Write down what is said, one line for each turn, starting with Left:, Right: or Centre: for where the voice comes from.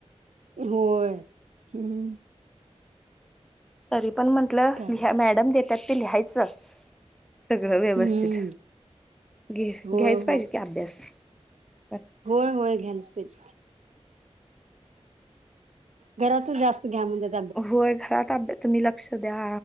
Right: होय हम्.
Centre: तरी पण म्हटलं
Right: काय
Centre: लिहा मॅडम देतात ते लिहायचं सगळं व्यवस्थित
Right: हम्म
Centre: घे
Right: होय
Centre: घ्यायच
Right: होय
Centre: पाहिजे की अभ्यास अ
Right: होय होय घ्यालच पाहिजे. घरातच जास्त घ्या म्हण जात
Centre: होय घरात अभ्या तुम्ही लक्ष द्या